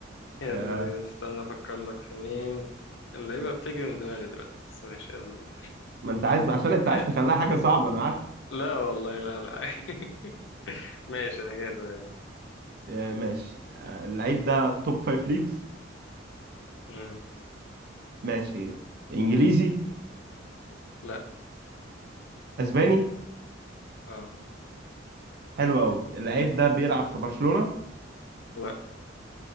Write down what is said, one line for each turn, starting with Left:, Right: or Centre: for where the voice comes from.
Left: يلا
Right: آه
Left: بينا استنى افكر لك في مين اللعيبه بتجري من دماغي دلوقتي بس ماشي يلا بينا
Right: ما انت عايز عشان انت عايز
Left: إيه.
Right: تخليها حاجه صعبه انا عارف
Left: لا والله لا لا <laughs> ماشي انا جاهز أهو، يلا
Right: آه ماشي آه اللعيب ده توب فايف ليجز
Left: مم.
Right: ماشي انجليزي
Left: لا
Right: اسباني
Left: اه
Right: حلو قوي اللعيب ده بيلعب في برشلونه
Left: لا